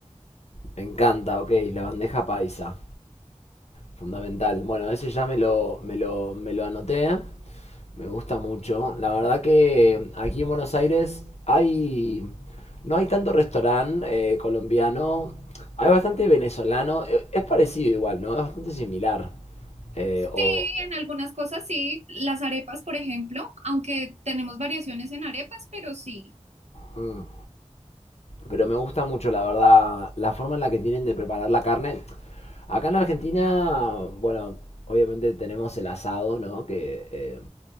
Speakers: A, on the left; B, on the right.
A: Me encanta, ok, la bandeja paisa. Fundamental. Bueno, ese ya me lo, me lo, me lo anoté. Me gusta mucho. La verdad que aquí en Buenos Aires hay... No hay tanto restaurante eh, colombiano. Hay bastante venezolano. Eh, Es parecido igual, ¿no? Es bastante similar. Eh,
B: Sí,
A: o...
B: en algunas cosas sí. Las arepas, por ejemplo, aunque tenemos variaciones en arepas, pero sí.
A: mm. Pero me gusta mucho, la verdad, la forma en la que tienen de preparar la carne. Acá en Argentina, bueno, obviamente tenemos el asado, ¿no? Que eh,